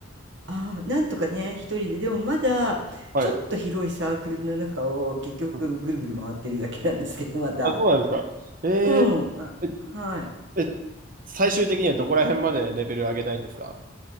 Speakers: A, on the right; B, on the right.
A: ああ、なんとかね、一人で、でもまだ、
B: はい。
A: ちょっと広いサークルの中を結局ぐるぐる回ってるだけなんですけど、
B: うん
A: まだ。
B: あ、そうなんですか。え
A: うん。あ、
B: え
A: はい。
B: え、え最終的にはどこら辺までレベル上げたいんですか